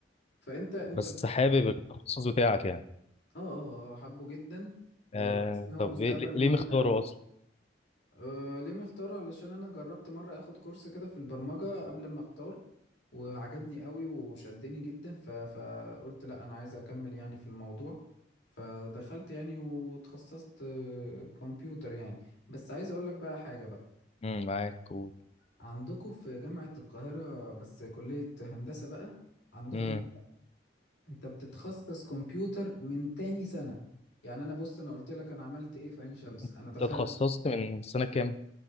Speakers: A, on the left; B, on the left.
A: فانت انت
B: بس حابب التخصص بتاعك يعني
A: اه اه آه، حبه جدا وحاسس
B: آه
A: ان هو
B: طب
A: مستقبل
B: إيه- ليه
A: مهم
B: ليه مختاره
A: قوي
B: اصلا
A: أه ليه مختاره علشان انا جربت مره اخد كورس كده في البرمجه قبل ما اختار وعجبني قوي وشدني جدا ف... فقلت لا انا عايز اكمل يعني في الموضوع فدخلت يعني وتخصصت آه، كمبيوتر يعني بس عايز اقول لك بقى حاجه بقى
B: امم معاك قول
A: عندكم في جامعه القاهره بس كليه هندسه بقى عندكم
B: امم
A: انت بتتخصص كمبيوتر من تاني سنة يعني انا بص انا قلت لك انا عملت ايه في عين شمس
B: انت
A: انا دخلت
B: اتخصصت من سنة كام؟